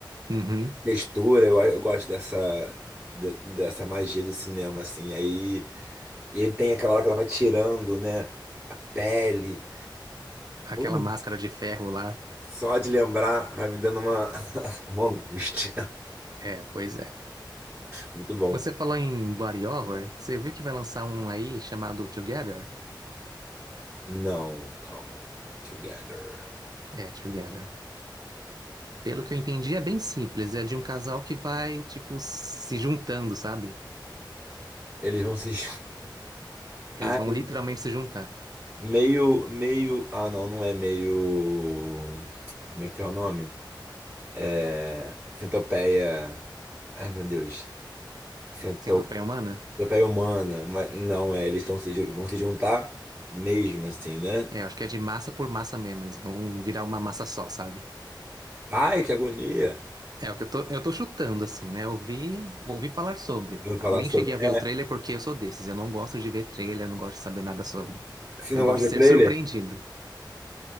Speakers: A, on the right; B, on the right.
A: Uhum.
B: textura. Eu, eu gosto dessa de- dessa magia do cinema, assim. Aí ele tem aquela hora que ela vai tirando, né? A pele.
A: Aquela
B: Ui,
A: máscara de ferro lá.
B: Só de lembrar vai me dando uma, <laughs> uma angústia.
A: É, pois é.
B: Muito bom.
A: Você falou em body horror, você viu que vai lançar um aí chamado Together?
B: Não, calma. Together.
A: É, Together. Pelo que eu entendi, é bem simples. É de um casal que vai, tipo, se juntando, sabe?
B: Eles vão se. ch-
A: Eles
B: Ai,
A: vão literalmente se juntar.
B: meio, meio. Ah, não, não é meio. Como é que é o nome? É. Centopeia. Ai, meu Deus. Cento...
A: Centopeia humana?
B: Centopeia humana. Mas não, é. Eles estão se... ju- vão se juntar mesmo, assim, né?
A: É, eu acho que é de massa por massa mesmo. Eles vão virar uma massa só, sabe?
B: Ai, que agonia.
A: É, é o que eu tô, eu tô chutando, assim, né? Eu ouvi, ouvi falar sobre.
B: Vou falar
A: Nem
B: sobre.
A: cheguei a ver
B: É.
A: o trailer porque eu sou desses. Eu não gosto de ver trailer, não gosto de saber nada sobre.
B: Você
A: Eu
B: não
A: gosto
B: gosta
A: de
B: do
A: ser
B: trailer?
A: surpreendido.